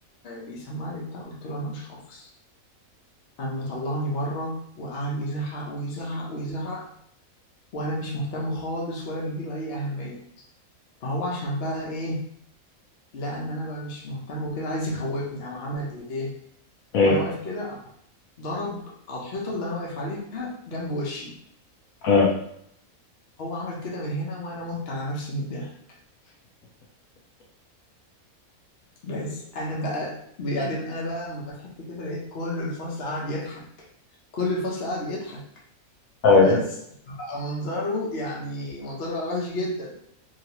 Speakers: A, on the left (about 50°); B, on the left (about 75°).
A: بيسمع لي بتاع قلت له انا مش حافظ قام مطلعني بره وقعد يزعق ويزعق ويزعق وانا مش مهتم خالص ولا مديله اي اهميه فهو عشان بقى ايه لان انا بقى مش مهتم وكده عايز يخوفني قام عمل ايه
B: ايوه
A: وانا واقف كده قام ضرب على الحيطه اللي انا واقف عليها جنب وشي
B: اه
A: هو عمل كده من هنا وانا مت على نفسي من الضحك بس انا بقى بعدين انا بقى لما ضحكت كده لقيت كل الفصل قاعد يضحك كل الفصل قاعد يضحك
B: ايوه
A: بس بقى منظره يعني منظره بقى وحش جدا